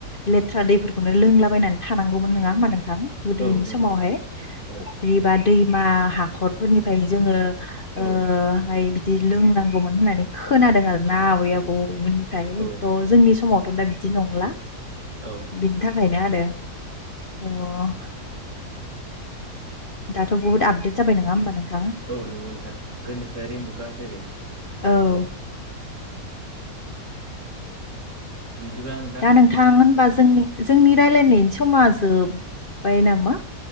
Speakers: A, on the left (about 40°); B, on the right (about 45°).
A: लेथ्रा दैफोरखौनो लोंलाबायनानै थानांगौमोन नङा होमा नोंथां? गोदोनि
B: औ नंगौ
A: समावहाय
B: नोंथां औ
A: फुख्रि बा दैमा हाखरफोरनिफ्राय जोङोहाय।
B: औ
A: बिदि लोंनांगौमोन होननानै खोनादों आर ना आबै आबौमोननिफ्रायथ'
B: औ
A: जोंनि। समावथ' दा बिदि नंला।
B: औ
A: बिनि थाखायनो आरो थ' दाथ' बहुथ आपदेटाबाय नङा होमबा नोंथां
B: औ नंगौ नोंथां गोनोसोआरि मुगा जेरै दाथ'।
A: औ
B: बिदिबाय
A: दा नोंथां होनबा जोंनि जोंनि रायजलायनायनि समा जोब्बाय नामा?